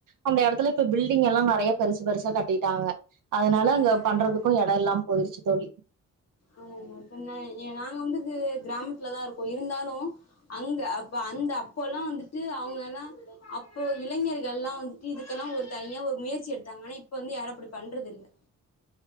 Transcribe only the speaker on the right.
அந்த எடத்துல இப்ப பில்டிங் எல்லா நெறைய பெருசு பெருசா கட்டிட்டாங்க அதனால
அங்க பண்றதுக்கும்
எடம் இல்லாம போயிருச்சு தோழி